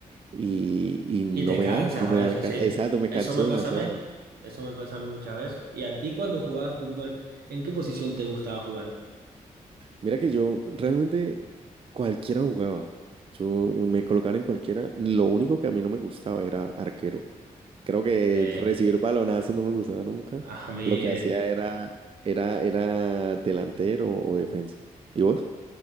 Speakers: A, on the right (about 35°); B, on the right (about 75°).
A: y, y no
B: Y te
A: me
B: cansas
A: da, no
B: a
A: me
B: veces,
A: da el ca-
B: sí.
A: Exacto, me
B: Eso
A: canso
B: me
A: demasiado.
B: pasa a mí. Eso me pasa a mí muchas veces. ¿Y a ti cuando jugabas fútbol, en qué posición te gustaba jugar?
A: Mira que yo realmente cualquiera jugaba. Yo me colocaron en cualquiera. Lo único que a mí no me gustaba era arquero. Creo que
B: Que
A: recibir balonazos no me gustaba nunca.
B: a mí,
A: Lo que hacía
B: de-
A: era, era, era delantero o defensa. ¿Y vos?